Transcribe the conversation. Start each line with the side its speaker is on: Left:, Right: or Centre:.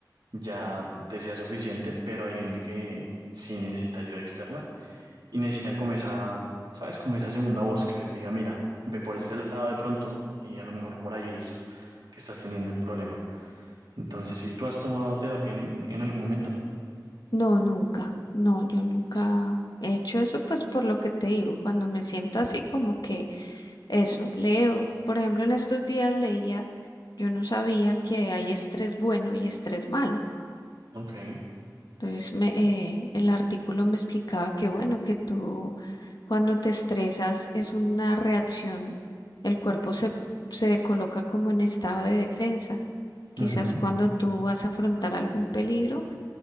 Right: ya te sea suficiente, pero hay gente que sí necesita ayuda externa y necesitan como esa, ¿sabes? Como esa segunda voz que les diga, mira, ve por este lado de pronto y a lo mejor por ahí es que estás teniendo el problema. Entonces, si tú has tomado terapia en, en algún momento,
Left: No, nunca. No, yo nunca he hecho eso, pues por lo que te digo, cuando me siento así como que eso, leo. Por ejemplo, en estos días leía, yo no sabía que hay estrés bueno y estrés malo.
Right: ok.
Left: Entonces, me, eh, el artículo me explicaba que, bueno, que tú cuando te estresas es una reacción, el cuerpo se, se coloca como en estado de defensa. Quizás
Right: Ujú.
Left: cuando tú vas a afrontar algún peligro,